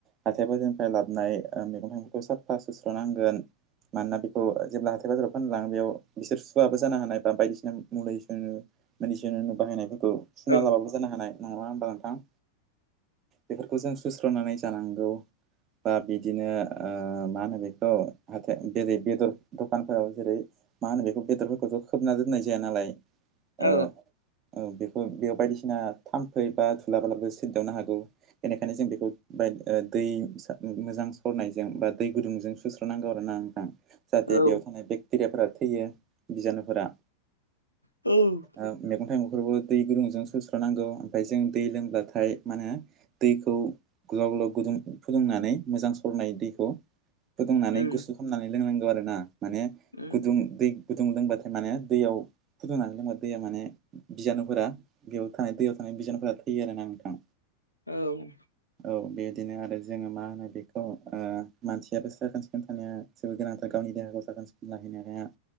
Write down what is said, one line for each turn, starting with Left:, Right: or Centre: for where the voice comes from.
Right: हाथाय बाजारनिफ्राय लाबाय मैगं थाइगंखौ साफा सोस्र नांगोन। मानोना अ जेब्ला हाथाय बाजाराव फानलाङो बेयाव बिसोर सुवबो जानो हानाय बा बायदिसिना मुलि सुनो बिनो बाहायनायफोरखौ सुना
Left: औ
Right: लाबाबो जानो हानाय नङा होमबा नोंथां बेफोरखौ जों सुस्र'नानै जानांगौ बा बिदिनो ओ मा होनो बेखौ हा बेेरै बेदर दखानफोराव जेरै मा होनो बेखौ बेदरफोरखौथ' खोबना दोननाय जाया नालाय ओ
Left: औ
Right: औ बेखौ बेयाव बायदिसिना थाम्फै बा थुलाब्लाबो सिददावनो हागौ बेनिखायनो जों बेखौ बा ओ दै मोजां सरनायजों बा दै गुदुंजों सुस्र नांगौ आरो ना नोंथां जाहाथे
Left: औ
Right: बेयाव थानाय बेक्टेरियाफोरा थैयो बिजानुफोरा
Left: औ
Right: ओ मैगं थाइगंफोरबो दै गुदुंजों सोस्र नांगौ ओमफफ्राय जों दै लोंब्लाथाय मा होनो दैखौ गोलाव गोलाव गुदुं फुदुंनानै मोजां सरनाय दैखौ फुदुंनानै
Left: उम
Right: गुसु खालामनानै लोंनांगौ आरो ना माने
Left: उम
Right: गुदुं दै गुदुं लोंबाथाय माने दैयाव फुदुंनानै लोंबा दैया माने बिजानुफोरा बेयाव थानाय दैयाव थानाय बिजानुफोरा थैयो आरो ना नोंथां।
Left: औ
Right: औ बेबायदिनो आरो जोङो मा होनो बेखौ ओ मानसियाबो साखोन सिखोन थानाया जेबो गोनांथार गावनि देहाखौ साखोन सिखोन लाहैनो हाया